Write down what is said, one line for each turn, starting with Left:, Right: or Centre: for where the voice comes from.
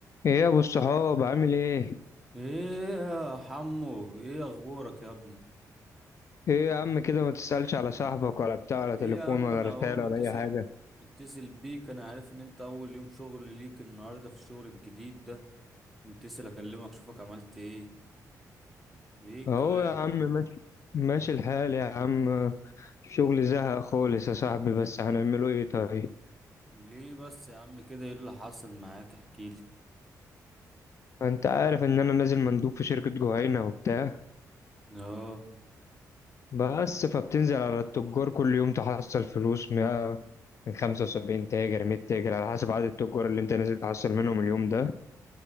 Left: ايه يا ابو الصحاب عامل ايه
Centre: ايه يا حمو ايه اخبارك يا ابني
Left: ايه يا عم كده ما تسألش على صاحبك ولا بتاع
Centre: ليه
Left: ولا تليفون
Centre: يا عم
Left: ولا
Centre: انا
Left: رسالة
Centre: اهو متصل
Left: ولا اي حاجة
Centre: متصل بيك انا عارف ان انت اول يوم شغل ليك النهارده في الشغل الجديد ده متصل اكلمك اشوفك عملت ايه ايه الكلام
Left: اهو يا عم ماشي ماشي الحال يا عم الشغل زهق خالص يا صاحبي بس هنعمله ايه طيب
Centre: ليه بس يا عم كده ايه اللي حصل معاك احكيلي
Left: انت عارف ان انا نازل مندوب في شركة جهينة وبتاع
Centre: اه
Left: بس فبتنزل على التجار كل يوم تحصل فلوس مية- من 75 تاجر 100 تاجر على حسب عدد التجار اللي انت نازل تحصل منهم اليوم ده